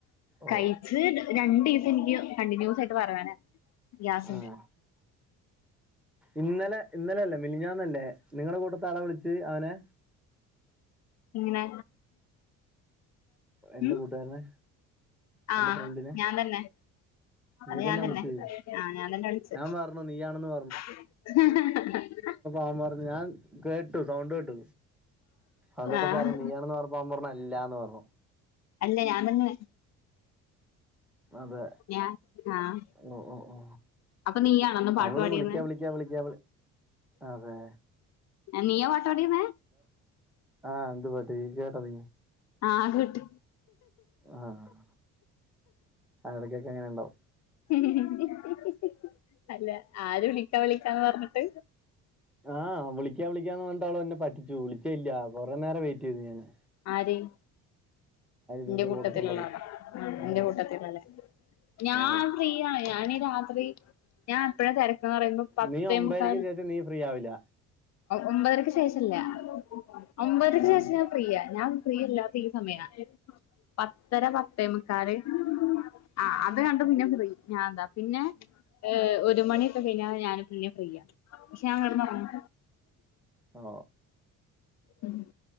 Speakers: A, in the centre; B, on the left (about 55°).
A: ഓ
B: കഴിച്ച് രണ്ടീസം എനിക്ക് കണ്ടിന്യൂസായിട്ട് വറുവേന ഗ്യാസിന്റെ
A: ആഹ് ഇന്നലെ ഇന്നലെല്ലേ മിലിഞ്ഞാന്നല്ലേ നിങ്ങള കൂട്ടത്താടെ വിളിച്ച് അവനെ
B: ഇങ്ങനെ
A: എന്റെ
B: ഉം
A: കൂട്ടുകാരനെ എന്റെ
B: ആ
A: ഫ്രണ്ടിനെ
B: ഞാൻ തന്നെ
A: നീ
B: അത് ഞാൻ
A: വിളിച്ച്
B: തന്നെ ആ ഞാൻ തന്നാളിച്ചേ
A: ഞാൻ പറഞ്ഞു നീയാണെന്ന്
B: ഹ് ഹ്ഹഹ
A: ആം പറഞ്ഞ് കേട്ടു സൗണ്ടേട്ടു അന്നിട്ട്
B: ആഹ്
A: പറഞ്ഞു നീ ആണെന്ന് പറഞ്ഞപ്പോ അവംപറ്ഞ് അല്ലാന്ന് പറഞ്ഞു
B: അല്ല ഞാന്തന്നെ
A: അതെ
B: ഞാൻ ആഹ്
A: ഓ ഓ ഓ
B: അപ്പൊ നീയാണോ അന്ന് പാട്ട്
A: അവള്
B: പാടിയിരുന്നെ
A: വിളിക്കാ വിളിക്ക വിളിക്കാ അതെ
B: നീയ പാട്ടാടിയതേ
A: ആഹ് എന്ത് പാട്ട് ഈയ് കേട്ടത്
B: ആ കേട്ട്
A: ആഹ് ഇടക്കൊക്കെ അങ്ങനെ ഉണ്ടാവും
B: ഹ്ഹ്ഹ് ഹ് ഹ് അല്ല ആര് വിളിക്കാ വിളിക്കാന്ന് പറഞ്ഞിട്ട്
A: ആഹ് വിളിക്കാ വിളിക്കാന്ന <unintelligible> അവളെന്നെ പറ്റിച്ചു വിളിച്ചേയ്ല്ല കൊറെ നേരം വെയിറ്റ് ചെയ്തു ഞാന്
B: ആര്?
A: നിന്റെ
B: ന്റെ കൂട്ടത്തിലള്ളാളൊ
A: കൂട്ടത്തുള്ളത് ആ
B: ന്റെ കൂട്ടത്തിലൊള്ളെ ഞാൻ
A: ആ
B: ഫ്രീയാ ഞാന് രാത്രി ഞാപ്പഴേ തെരക്കന്നറയുമ്പോ പത്തേ
A: നീ ഒമ്പതരക്ക്
B: മുക്കാല്
A: ശേഷം നീ ഫ്രീ ആവില്ല
B: ഒമ്പതരക്ക് ശേഷല്ല ഒമ്പതരക്ക്
A: ആ
B: ശേഷ ഫ്രീയ ഞാൻ ഫ്രീയ്ല്ലാത്ത ഈ സമയാ പത്തര പത്തേമുക്കാല്
A: അ <inaudible>
B: ആ അത് കണ്ട പിന്നെ ഫ്രീ ഞാൻ എന്താ പിന്നെ ഏ് ഒരു മണിയൊക്കെ കഴിഞ്ഞാ ഞാന് പിന്നെ ഫ്രീയ്യ പക്ഷെ ഞാൻ കടന്നൊറങും.
A: ഓ
B: ഉം <inaudible>